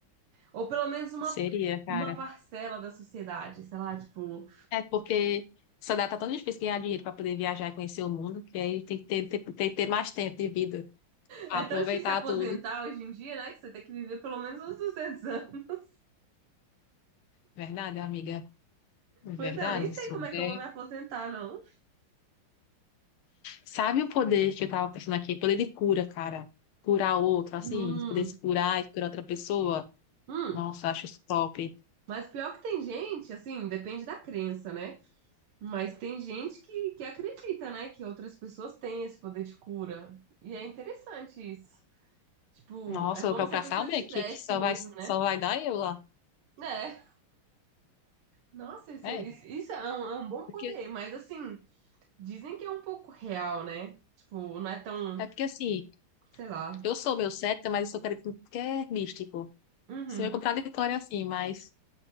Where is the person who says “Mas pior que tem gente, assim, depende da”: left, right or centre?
Right